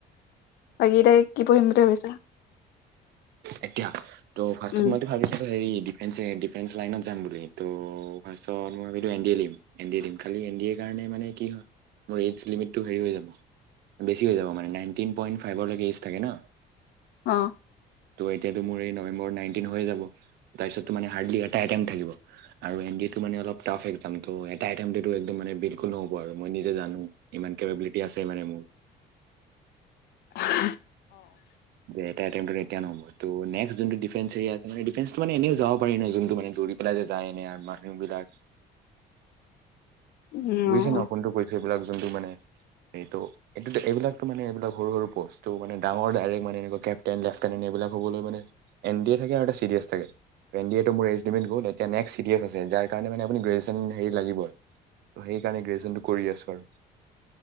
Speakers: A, on the left; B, on the right.
A: বাকি এতিয়া কি পঢ়িম বুলি ভাৱিছা?
B: এতিয়া, ত' ফাৰ্ষ্টত
A: উম
B: মইতো ভাবিছিলোঁ হেৰি ডিফেঞ্চে, ডিফেন্স লাইনত যাম বুলি ত' ৰ্ফাষ্টত মই ভাৱিলোঁ এন ডি এ দিম। এন ডি এ দিম, খালি এন ডি এ কা কাৰনে মানে কি হ'য়, মোৰ এইজ লিমিত্‌টো হেৰি হৈ যাব। বেছি হৈ যাব। মানে, নাইনটিন পইণ্ট ফাইভৰলৈকে এইজ থাকে ন'
A: অ
B: ত' এতিয়াটো মোৰ এই নৱেম্বৰত নাইন্‌টিন হৈ যাব। তাৰপিছতটো মানে হাৰ্ডলি- টা আইটেম থাকিব। আৰু এন ডি এ টো মানে অলপ টাফ হ'য় এক্সামটো এটা আইটেমতোটো একদম মানে বিলকুল নহ'ব আৰু মই নিজে জানোঁ। কিমান কেপাবিলিতি আছে মানে মোৰ
A: <unintelligible>
B: যে এটা আইটেম্‌টো এতিয়া নহ'ব। টো নেক্স যোনটো ডিফেন্স এৰিয়া আছে নহ'য়, ডি ফ্ৰেন্সটো মানে এনেও যাব পাৰি ন'? যোনটো মানে দৌৰি পেলাই যে যায়, এনে আ মানুহ বিলাক-
A: উম
B: বুজিছে ন'? কোনটো কৈছো এইবিলাক। যোনটো মানে, এইটো এটো তু এইবিলাকটো, মানে এইবিলাক সৰু সৰু পষ্টটো মানে- ডাঙৰ ডাইৰেক্ট মানে এনেকুৱা কেপ্টেইন, লেফ্‌টেনেণ্ট এইবিলাক হ'বলৈ মানে এন ড এ থাকে আৰু এটা চি ডি এচ থাকে। এন ডি এ মোৰ এইজ লিমিট গ'ল এতিয়া নেক্সট চি ডি এচ আছে যাৰ কাৰণে মানে গ্ৰেজুৱেচনটো হেৰি লাগিব ত' সেইকাৰণে গ্ৰেজুৱেচনটো কৰি আছো আৰু।